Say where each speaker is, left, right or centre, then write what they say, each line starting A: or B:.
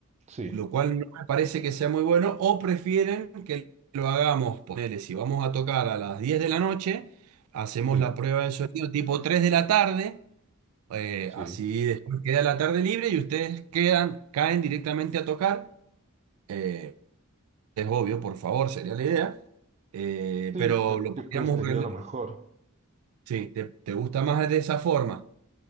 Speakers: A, on the right; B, on the right.
A: Sí,
B: lo cual no me parece que sea muy bueno, o prefieren que lo hagamos, ponele, si vamos a tocar a las 10 de la noche, hacemos
A: sí,
B: la prueba de sonido tipo 3 de la tarde. Eh,
A: sí.
B: así después queda la tarde libre y ustedes quedan, caen directamente a tocar. Eh, es obvio, por favor, sería la idea. Eh,
A: Sí,
B: pero
A: se-
B: lo
A: yo
B: podríamos
A: creo que sería
B: organizar.
A: lo mejor.
B: Sí, ¿te, te gusta más de esa forma?